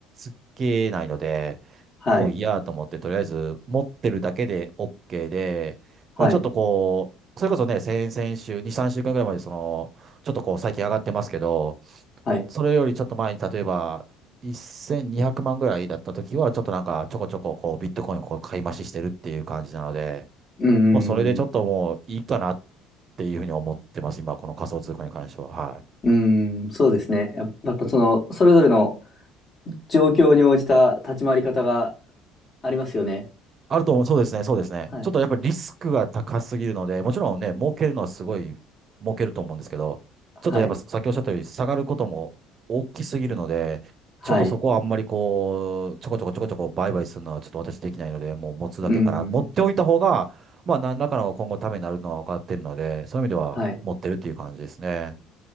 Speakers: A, on the right (about 45°); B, on the left (about 40°).
A: つけないので、
B: はい。
A: もういいやと思って、とりあえず持ってるだけで OK で、
B: はい。
A: まあちょっとこう、それこそね、先々週、に3週間ぐらいまで、その、ちょっとこう最近上がってますけど、
B: はい。
A: それよりちょっと前に例えば、1200万ぐらいだった時は、ちょっとなんかちょこちょここうビットコインをこう買い増ししてるっていう感じなので、
B: うん。
A: もうそれでちょっともういいかなっていうふうに思ってます、今、この仮想通貨に関しては。はい。
B: うん。そうですね。やっやっぱ、その、それぞれの状況に応じた立ち回り方がありますよね。
A: あると思う。そうですね、そうですね。
B: はい。
A: ちょっとやっぱりリスクが高すぎるので、もちろんね、儲けるのはすごい儲けると思うんですけど、
B: はい。
A: ちょっとやっぱさっきおっしゃったように下がることも大きすぎるので、
B: はい。
A: ちょっとそこはあんまりこう、ちょこちょこちょこちょこ売買するのはちょっと私できないので、もう持つだけから、
B: うん。
A: 持っておいた方が、まあ何らかの今後ためになるのは分かってるので、そういう意味では持ってるっていう感じですね。
B: はい。